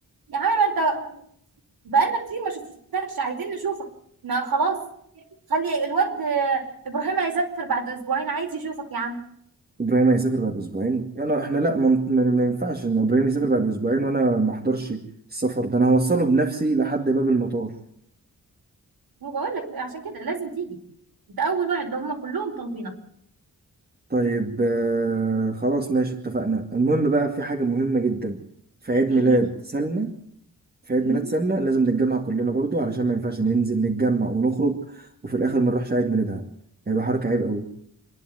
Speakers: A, on the right (about 75°); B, on the right (about 25°).
A: يا عم ما انت بقالنا كتير ما شفتكش عايزين نشوفك ما خلاص خلي الواد آه، ابراهيم هيسافر بعد اسبوعين عايز يشوفك يا عم
B: ابراهيم هيسافر بعد اسبوعين انا احنا لا ما, ما ما ينفعش ان ابراهيم يسافر بعد اسبوعين وانا ما احضرش السفر ده انا هوصله بنفسي لحد باب المطار
A: ما بقول لك عشان كده لازم تيجي انت اول واحد ده هم كلهم طالبينك
B: طيب آه خلاص ماشي اتفقنا المهم بقى في حاجه مهمه جدا في عيد ميلاد
A: ايه هي
B: سلمى في عيد
A: مم.
B: ميلاد سلمى لازم نتجمع كلنا برضو علشان ما ينفعش ننزل نتجمع ونخرج وفي الاخر ما نروحش عيد ميلادها هيبقى حركه عيب قوي